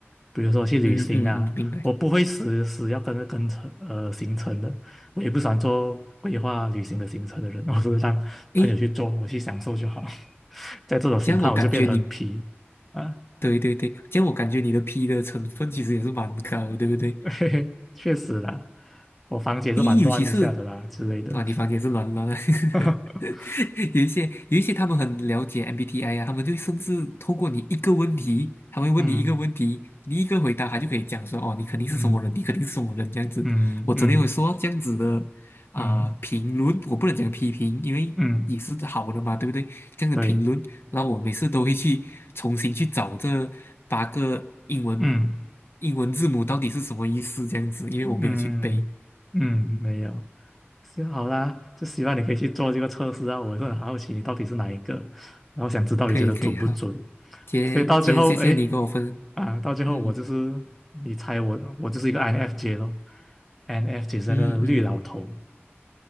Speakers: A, in the centre; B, on the left (about 60°).
A: 比如说去旅行啊，
B: 嗯嗯嗯，明白。
A: 我不会死死要跟着跟程呃行程的，我也不喜欢做规划旅行的行程的人，我是让朋友去做，
B: 诶，
A: 我去享受就好。<laughs> 在这种情况，
B: 这样我感觉你，
A: 我就变得很皮啊。
B: 对对对，这样我感觉你的 P 的成分其实也是蛮高，对不对？
A: <laughs> 嘿嘿，确实啦，我房间是蛮乱一下的啦之类的。
B: 咦，尤其是啊，你房间是乱乱的，<laughs>
A: <laughs>
B: 有一些有一些他们很了解 MBTI 啊，他们就甚至透过你一个问题，他会问你一个问题，
A: 嗯
B: 你一个回答，他就可以讲说哦，你肯定是什么人，
A: 嗯
B: 你肯定是什么人这样子。
A: 嗯嗯
B: 我昨天有说这样子的啊、
A: 嗯嗯
B: 评论，我不能讲批评，因为也是好的嘛，
A: 嗯，嗯嗯嗯嗯嗯
B: 对不对？这样的评论，
A: 对，
B: 然后我每次都会去重新去找这八个英文
A: 嗯
B: 英文字母到底是什么意思，这样子，因为我没有去背。
A: 嗯嗯，
B: 嗯嗯
A: 没有，行好啦，就希望你可以去做这个测试啊，我也是很好奇你到底是哪一个，然后想知道你觉得准不准，
B: 可以可以，好，今天今天谢谢你跟我分，
A: 所以到最后，哎啊，到最后我就是你猜我，
B: 嗯
A: 我就是一个 INFJ 咯，INFJ 是那个绿老头，
B: 嗯嗯，